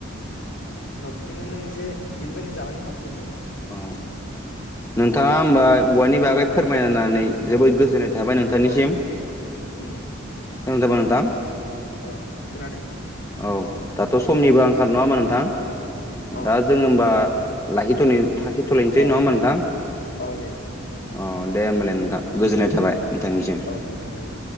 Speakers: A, on the left; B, on the left.
A: उनाव बिदिनो नों एसे बिनिफ्रायनो जालांनो हासिगोन नों।
B: औ नोंथाङा होमबा औवानि बागै फोरमायनानै जोबोद गोजोननाय खोनथाबाय नोंथांनिसिम
A: अ
B: खोनादोंबा
A: उम
B: नोंथां।
A: अ खोनादों।
B: औ दाथ' समनिबो आंखाल नङा होमा
A: अ
B: नोंथां।
A: अ
B: दा जोङो होमबा लाखिथ'नि थखिथ'लायनोसै
A: अ
B: नङा होमबा नोंथां।
A: अ दे
B: अ दे होमबालाय नोंथां गोजोननाय
A: उम
B: थाबाय नोंथांनिसिम।
A: औ गोजोननाय थाबाय।